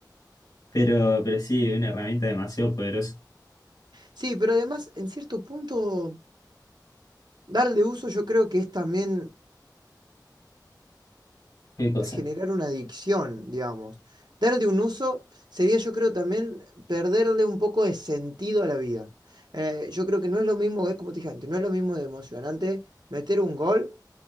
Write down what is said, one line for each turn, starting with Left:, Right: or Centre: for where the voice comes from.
Left: Pero, pero sí, una herramienta demasiado poderosa.
Right: Sí, pero además, en cierto punto... Darle uso yo creo que es también
Left: ¿Qué cosa?
Right: generar una adicción, digamos. Darle un uso sería yo creo también perderle un poco de sentido a la vida. Eh, yo creo que no es lo mismo, es como te dije antes, no es lo mismo de emocionante meter un gol